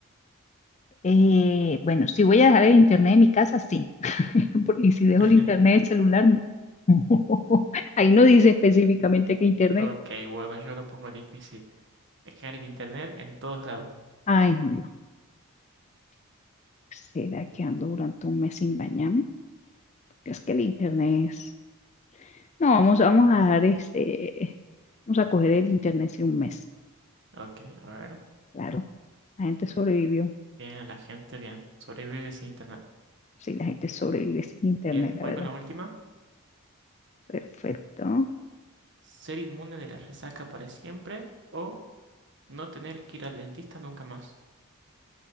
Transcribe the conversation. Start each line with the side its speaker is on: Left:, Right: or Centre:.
Left: Eh, bueno, si voy a dejar el internet de mi casa, sí. <laughs> Por- Y si dejo
Right: <laughs>
Left: el internet del celular, no. <laughs> Ahí no dice específicamente que internet.
Right: Ok, bueno, yo lo pongo difícil. Dejar el internet en todos lados.
Left: Ay, no. ¿Será que ando durante un mes sin bañarme? Porque es que el internet es... No, vamos, vamos a dar este... Vamos a coger el internet sí un mes.
Right: Ok, a ver.
Left: Claro, la gente sobrevivió.
Right: Bien, la gente, bien. Sobrevive sin internet.
Left: Sí, la gente sobrevive sin internet,
Right: Bien,
Left: la
Right: voy
Left: verdad.
Right: con la última.
Left: Perfecto.
Right: ¿Ser inmune de la resaca para siempre o no tener que ir al dentista nunca más?